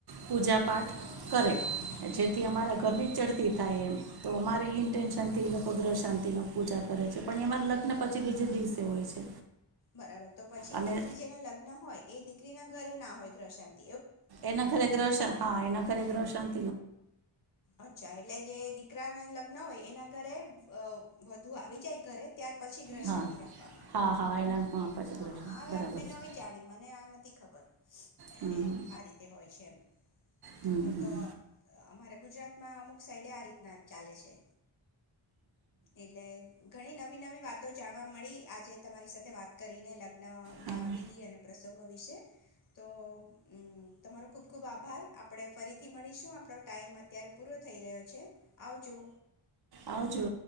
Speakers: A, on the right (about 50°); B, on the left (about 40°).
A: પૂજા પાઠ કરે. જેથી અમારા
B: બરાબર
A: ઘરની ચડતી થાય એમ. તો અમારે ઇન્ટેન્શન એ લોકો ગ્રહ શાંતી નો પૂજા કરે છે પણ એમારે લગ્ન પછી બીજે દિવસે હોય છે.
B: બરાબર, તો પછી
A: અને
B: દીકરી જેના લગ્ન હોય એ દીકરીના ઘરે ના હોય ગ્રશાંત
A: એના ઘરે ગ્રશા, હા એના ઘરે ગ્રશાંત
B: અચ્છા એટલે જે દીકરા ના લગ્ન હોય એના ઘરે અ વધુ આવી જાય ઘરે ત્યાર પછી ગ્રહ
A: હા
B: શાંતિ રાખવામાં આવે.
A: હા હા એના પછી
B: હા
A: ગ્રહ શાંતિ
B: આ વાત
A: બરાબર
B: મેં
A: છે
B: નવી જાણી મને આ નથી ખબર કે
A: હમ
B: આ રીતે હોય છે
A: હમ
B: એમ અમ
A: હમ
B: તો અમારે ગુજરાતમાં અમુક સાઈડે આ રીતના ચાલે છે. એટલે ઘણી નવી નવી વાત તો જાણવા મળી આજે તમારી સાથે વાત કરીને લગ્નના
A: હા
B: વિધિ અને પ્રસંગો વિશે તો અ તમારો ખુબ ખૂબ આભાર આપણે ફરીથી મળીશું આપણો ટાઈમ અત્યારે પૂરો થઈ રહ્યો છે. આવજો.
A: આવજો.